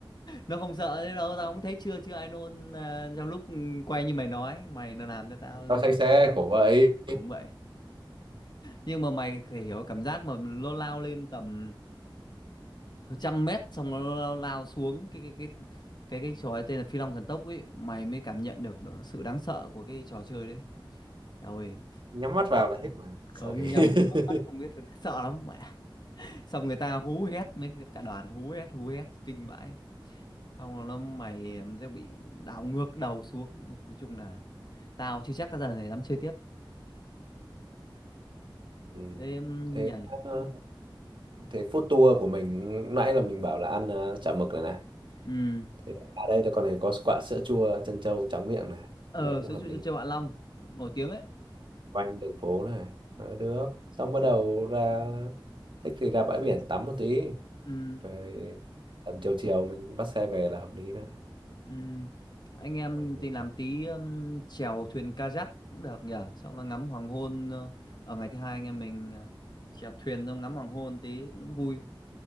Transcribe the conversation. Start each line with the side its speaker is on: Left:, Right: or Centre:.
Left: nó không sợ thế đâu tao cũng thấy chưa chưa ai nôn à, trong lúc quay như mày nói mày nó làm cho tao
Right: tao
Left: liên
Right: say
Left: tưởng
Right: xe khổ vậy
Left: cũng vậy nhưng mà mày phải hiểu cảm giác mà nó lao lên tầm trăm mét xong nó lao, lao xuống cái cái cái cái cái trò ấy tên là Phi Long Thần Tốc ấy mày mới cảm nhận được, được sự đáng sợ của cái trò chơi đấy Eo ơi
Right: nhắm mắt vào là hết mà
Left: không
Right: sợ thế
Left: nhắm bắn mắt không
Right: <laughs>
Left: biết sợ lắm mẹ xong người ta hú hét mấy cả đoàn hú hét hú hét kinh vãi xong rồi nó mày em sẽ bị đảo ngược đầu xuống Ui, nói chung là tao chưa chắc cái giờ này dám chơi tiếp
Right: ừ.
Left: Ê, em
Right: thế
Left: nhỉ nhỉ
Right: ờ, thế food tour của mình lúc nãy là mình bảo là ăn ờ, chả mực này này
Left: ừ
Right: thế ở đây thì con này có quả sữa chua trân châu tráng miệng này
Left: ờ
Right: nghe cũng
Left: sữa
Right: hợp
Left: chua
Right: lý
Left: chân châu Hạ Long nổi tiếng ấy
Right: quanh đường phố này Ờ, được xong bắt đầu
Left: ừ
Right: ra thích thì ra bãi biển tắm một tí
Left: ừ
Right: rồi tầm chiều chiều mình bắt xe về là hợp lý này
Left: ừ. anh em
Right: Ôi, mình-
Left: thì làm tí um, chèo thuyền kayak cũng được nhỉ xong là ngắm hoàng hôn ờ, ở ngày thứ hai anh em mình ờ, chèo thuyền xong ngắm hoàng hôn tí cũng vui